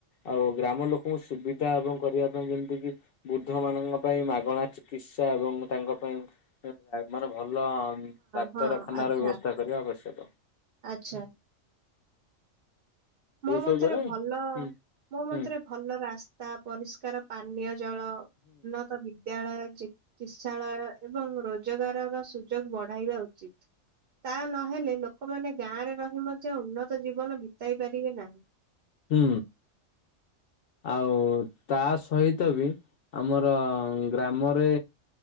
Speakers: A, on the left; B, on the right.
A: ଆଉ ଗ୍ରାମ ଲୋକୋଙ୍କୁ ସୁବିଧା ଏବଂ କରିବା ପାଇଁ ଯେମିତି କିି ବୃଦ୍ଧ ମାନଙ୍କ ପାଇଁ ମାଗଣା ଚି କିସା ଏବଂ ତାଙ୍କ ପାଇଁ <unintelligible> ମାନେ ଭଲ ହଁ ଡାକ୍ତରଖାନାର
B: ହଁ ଆଚ୍ଛା।
A: ବ୍ୟବସ୍ଥା କରିବା ଆବଶ୍ୟକ।
B: ଆଚ୍ଛା। ମୋ
A: ଏଇ
B: ମତରେ
A: ସବୁ ଦ୍ଵାରା
B: ଭଲ ମୋ ମତରେ
A: ହୁଁ
B: ଭଲ ରାସ୍ତା ପରିଷ୍କାର ପାନୀୟ ଜଳ ଉନ୍ନତ ବି ଦ୍ୟାଳୟ ଚିକିତ୍ସାଳୟ ଏବଂ ରୋଜୋଗାରର ସୁଯୋଗ ବଢାଇବା ଉଚିତ। ତା ନହେଲେ ଲୋକୋମାନେ ଗାଁରେ ରହି ମଧ୍ୟ ଉନ୍ନତ ଜୀବନ ବିତାଇ ପାରିବେ ନାହିଁ।
A: ହୁଁ। ଆଉ ତା ସହିତ ବି ଆମର ଗ୍ରାମରେ